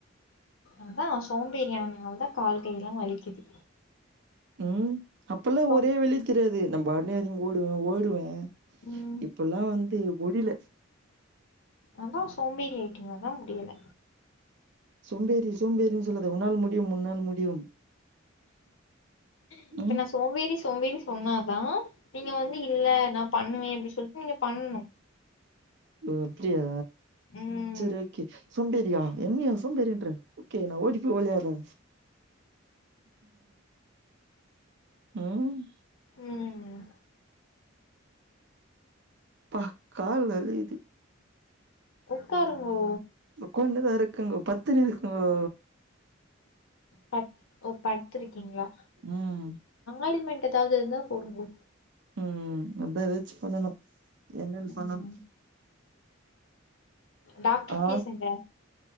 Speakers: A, on the left; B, on the right.
A: அதா சோம்பேரியானதுனாலதா கால் கை எல்லா வலிக்குது
B: ம் அப்பெல்லா
A: சோ
B: ஒரே வலி தெரியாது நா பாட்னு எறங்கி ஓடுவோ ஓடுவே
A: ம்
B: இப்பல்லா வந்து முடில
A: அதா சோம்பேரி ஆயிட்டிங்க அதா முடியல
B: சோம்பேறி சோம்பேறின் சொல்லாத உன்னால் முடியும் உன்னால் முடியும்
A: இப்ப
B: ம்
A: நா சோம்பேரி சோம்பேறி சொன்னாதா நீங்க வந்து இல்ல நா பண்ணுவே அப்டி சொல்ட்டு நீங்க பண்ணனு
B: ஒ அப்டியா
A: ம்
B: செரி ஓகே சோம்பேரியா என்னயா சோம்பேரின்ற ஓகே நா ஓடி போய் வளியாறே ம்
A: ம்
B: பாஹ் கால் வலிக்குது
A: உக்காருங்கோ
B: உக்காந்துதா இருக்குங்க படுத்துன்னு இருக்கங்கோ
A: பத் ஓ படுத்திருக்கீங்களா
B: ம்
A: ஆறு மண் எதாவது இருந்தா போடுங்கோ
B: ம் அதா ஏதாச்சு பண்ணனு என்னென்னு
A: ம்
B: சொல்லணு
A: டாக்டர்
B: ஆ
A: ஃபீஸ் எங்க